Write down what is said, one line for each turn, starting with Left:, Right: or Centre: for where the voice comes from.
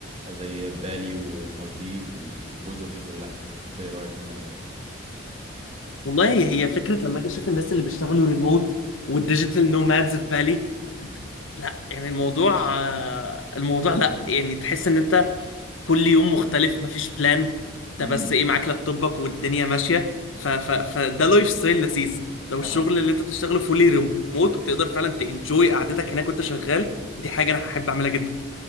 Right: زي بالي والمالديف والجزر دي كلها انت ايه رايك فيها مثلا
Left: والله هي فكرة لما اجي اشوف الناس اللي بيشتغلوا ريموت والديجيتال نومادز في بالي لا يعني الموضوع آه، الموضوع لا يعني تحس ان انت كل يوم مختلف مفيش بلان انت
Right: امم
Left: بس ايه معاك لابتوبك والدنيا ماشية ف ف فده لايف ستايل لذيذ لو
Right: اها
Left: الشغل اللي انت بتشتغله فولي ريموت وتقدر فعلا تنجوي قعدتك هناك وانت شغال دي حاجة انا هحب اعملها جدا